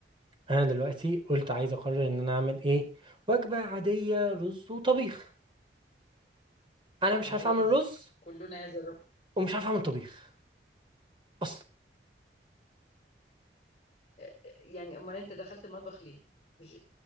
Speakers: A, on the right; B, on the left.
A: انا دلوقتي قلت عايز اقرر ان انا اعمل ايه وجبة عادية رز وطبيخ انا مش
B: عادي
A: عارف اعمل رز
B: كلنا هذا الرجل
A: ومش عارف اعمل طبيخ اصلا
B: آه، يعني امال انت دخلت المطبخ ليه مش